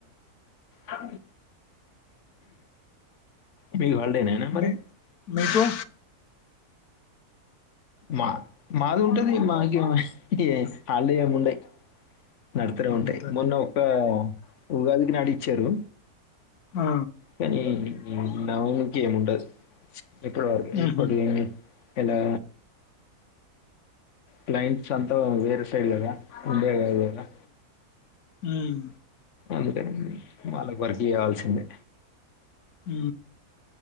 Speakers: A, on the left (about 55°); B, on the left (about 75°).
A: ఆ మీక్కూడా హాలిడే నానా మరి
B: మీ మీకు
A: మా మాది ఉంటది మాకు హాలిడే ఏమిండయి నడుతూనే
B: అంతేనా
A: ఉంటాయి మొన్న ఒక్క ఉగాదికి నాటిచ్చారు
B: ఆ
A: కానీవుకముండ ఎప్పుడు
B: ఉహు
A: ఎప్పుడు ఇలా క్లైంట్స్ అంతా వేరే సైడ్ కదా ఉండే వగరా
B: హ్మ్మ్
A: అందుకని వాళ్ళకు వర్క్ చేయవాల్సిందే
B: హ